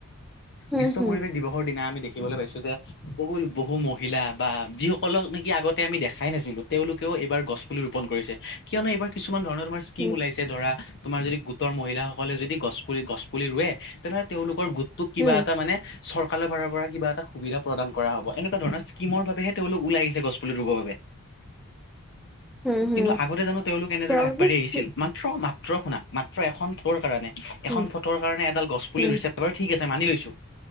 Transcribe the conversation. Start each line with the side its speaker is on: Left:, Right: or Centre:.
Centre: হুম
Left: বিশ্ব
Centre: হুম
Left: পৰিৱেশ দিৱসৰ দিনা আমি দেখ খিবলৈ পাইছোঁ যে বহু-বহু মহিলা বা যিসকলক নেকি আগতে আমি দেখাই নাছিলোঁ তেওঁলোকেও এইবাৰ গছপুলি ৰোপন কৰিছে। কিয়নো এইবাৰ কিছুমান ধৰণৰ তোমাৰ স্কীম
Centre: হুম
Left: ওলাইছে ধৰা তোমাৰ যদি গোটৰ মহিলাসকলে যদি গছ পুলি, গছ পুলি ৰোৱে তেনেহ'লে তেওঁলোকৰ গোটটোক কিবা
Centre: হুম
Left: এটা মানে চৰকাৰৰ ফালৰ পৰা কিবা এটা সুবিধা প্ৰদান কৰা হ'ব। এনেকুৱা ধৰণৰ স্কীমৰ বাবেহে তেওঁলোক ওলাই আহিছে গছপুলি ৰোবৰ বাবে।
Centre: হুম হুম
Left: কিন্তু আগতে জানো তেওঁলোক এনেদৰে
Centre: তেওঁলোকে
Left: আগবাঢ়ি আহিছিল।
Centre: ষ্টি-
Left: মাত্ৰ -মাত্ৰ শুনা! মাত্ৰ এখন ফটো ৰ কাৰণে,
Centre: হুম
Left: এখন ফটোৰ কাৰণে এডাল গছপুলি
Centre: হুম
Left: ৰুইছে। বাৰু ঠিক আছে মানি লৈছো